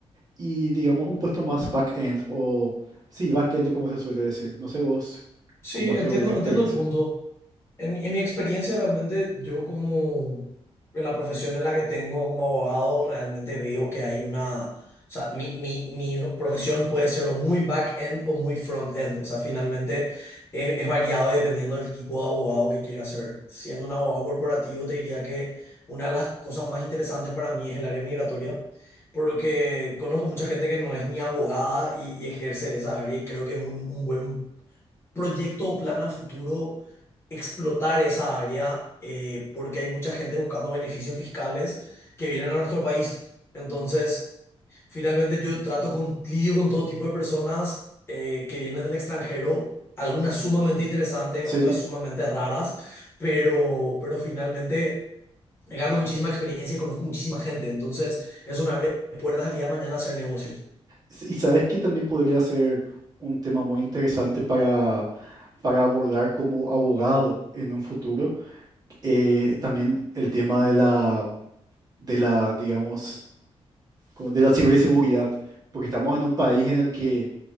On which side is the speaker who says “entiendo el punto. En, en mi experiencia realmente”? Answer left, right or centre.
Left